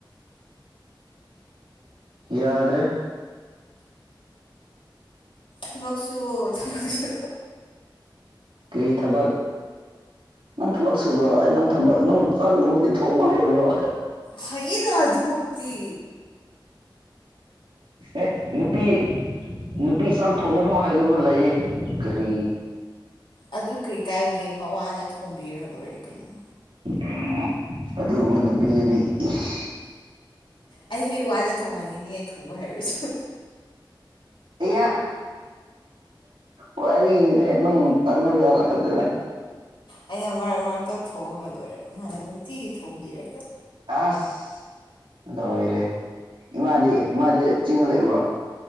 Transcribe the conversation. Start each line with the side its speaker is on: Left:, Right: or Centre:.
Right: ꯌꯥꯗ꯭ꯔꯦ꯫
Left: ꯊꯕꯛꯁꯨ ꯊꯕꯛꯁꯨ
Right: ꯀꯔꯤ ꯊꯕꯛ꯫ ꯅꯪ ꯊꯕꯛ ꯁꯨꯕ꯭ꯔꯣ ꯑꯩ ꯅꯪ ꯊꯕꯛ ꯅꯪ ꯆꯥꯛꯀꯨꯝꯕꯗꯤ ꯊꯣꯡꯕ ꯍꯩꯕ꯭ꯔꯣ꯫
Left: ꯍꯩꯌꯦꯅ ꯑꯗꯨꯃꯛꯇꯤ꯫
Right: ꯑꯦ ꯅꯨꯄꯤ ꯅꯨꯄꯤ ꯆꯥꯛ ꯊꯣꯡꯕ ꯐꯥꯎ ꯍꯥꯏꯗꯕ ꯂꯩꯌꯦ ꯀꯔꯤ꯫
Left: ꯑꯗꯨ ꯀꯔꯤ ꯀꯥꯏꯔꯒꯦ ꯃꯋꯥꯅ ꯊꯣꯡꯕꯤꯔ ꯂꯣꯏꯔꯦ ꯀꯩꯅꯣ꯫
Right: ꯎꯝ ꯑꯗꯨꯒꯨꯝꯕ ꯅꯨꯄꯤꯗꯨꯗꯤ ꯏꯁ꯫
Left: ꯑꯩꯁꯨ ꯏꯋꯥꯗ ꯊꯣꯡꯍꯟꯒꯅꯤ ꯑꯩ ꯊꯣꯡꯕ ꯍꯩꯔꯁꯨ꯫
Right: ꯑꯌꯥ ꯋꯥꯔꯤꯔꯤꯗꯤ꯫ <inaudible>
Left: ꯑꯩꯅ ꯃꯔꯛ ꯃꯔꯛꯇ ꯊꯣꯡꯉꯒ ꯂꯣꯏꯔꯦ ꯃꯥꯅ ꯅꯨꯡꯇꯤꯒꯤ ꯊꯣꯡꯕꯤꯔꯒ꯫
Right: ꯑꯁ ꯂꯣꯏꯔꯦ ꯏꯃꯥꯗꯤ ꯏꯃꯥꯗꯤ ꯆꯤꯡꯗ ꯂꯩꯕ꯭ꯔꯣ꯫